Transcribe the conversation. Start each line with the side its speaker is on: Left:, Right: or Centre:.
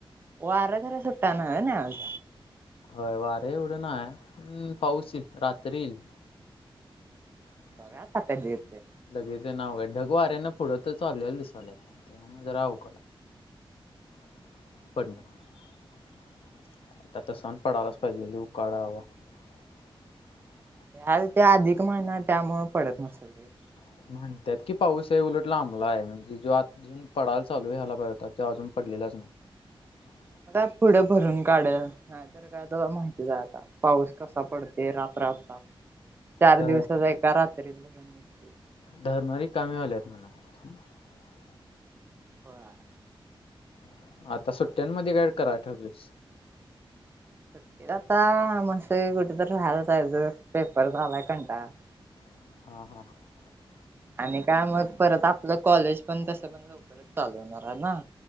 Right: वार खर सुट्टा न ना आज
Left: होय वार एवढं नाय <inaudible> हम पाऊस येई रात्री यईल. <inaudible>
Right: बघा आता कधी येतंय.
Left: ढगेचे नावे हाय ढगवारे न पुढं त चालेल्या दिसाल्या. <inaudible> <inaudible> दराक. <inaudible> <inaudible> पडण <inaudible> आता त सण पडायलाच पाहिजे लिई उकाडावा. <inaudible>
Right: हाल त्या अधिक महिना त्यामुळ पडत नसेल ते. <inaudible>
Left: <inaudible> म्हणतात की, पाऊस हे उलट लांबलाय. म्हनजे जो आजून पडाल चालू झालाय पाहिजे होता, तो अजून पडलेलाच नाय. <inaudible>
Right: <inaudible> आता पुढ भरून कढल, नाही तर काय? तवा माहितच जाय आता पाऊस कसा पडते रापरापराप <inaudible> <inaudible> चार
Left: धर
Right: दिवसाचा एका रात्रीत भरून निघते <inaudible>
Left: धरणं रिकामी व्हायल्यात <unintelligible>
Right: <inaudible> बर. <inaudible>
Left: <inaudible> आता सुट्ट्यांन मध्ये काय कराड ठेवलेस. <inaudible>
Right: <inaudible> आता मसे कुठ तरी राहायला जायच पेपर झालाय कणटाळ. <inaudible>
Left: <inaudible> हा हा. <inaudible>
Right: आणि काय मग परत आपलं, कॉलेज पण तसं पण लवकरच <inaudible> चालू होणार ना!